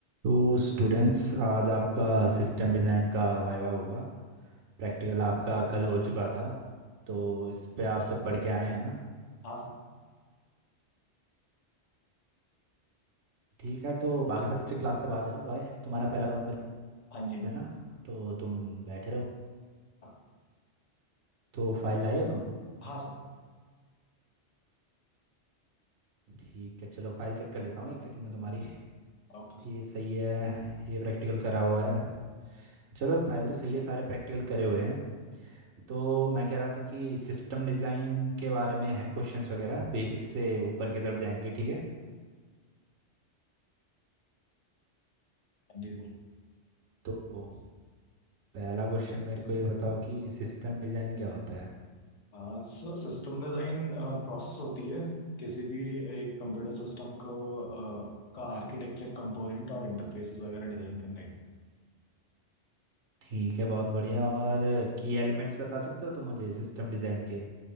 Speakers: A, on the right (about 75°); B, on the left (about 40°).
A: तो स्टूडेंट्स आज आपका सिस्टम डिज़ाइन का वाइवा होगा प्रैक्टिकल आपका कल हो चुका था तो इस पे आप सब पढ़ के आए हैं ना
B: हाँ सर
A: ठीक है तो बाकी सब बच्चे क्लास से बाहर जाओ रॉय तुम्हारा पहला रोल नंबर
B: हाँ जी
A: है
B: जी
A: ना तो तुम बैठे रहो
B: हाँ
A: तो फाइल लाए हो तुम
B: हाँ सर
A: ठीक है चलो फाइल चेक कर लेता हूँ एक सेकंड में तुम्हारी
B: Okay sir
A: ये सही है ये प्रैक्टिकल करा हुआ है चलो फाइल तो सही है सारे प्रैक्टिकल करे हुए हैं तो मैं कह रहा था कि सिस्टम डिज़ाइन के बारे में है क्वेश्चंस वगैरह बेसिक से ऊपर की तरफ जाएंगे ठीक है
B: हाँ जी
A: तो पहला क्वेश्चन मेरे को ये बताओ कि सिस्टम डिज़ाइन क्या होता है
B: Sir sir system design process होती है किसी भी एक कंप्यूटर सिस्टम को अ, का आर्किटेक्चर कंपोनेंट और इंटरफेसेस वगैरह डिज़ाइन करने के
A: ठीक है बहुत बढ़िया और की एलिमेंट्स बता सकते हो तो मुझे सिस्टम डिज़ाइन के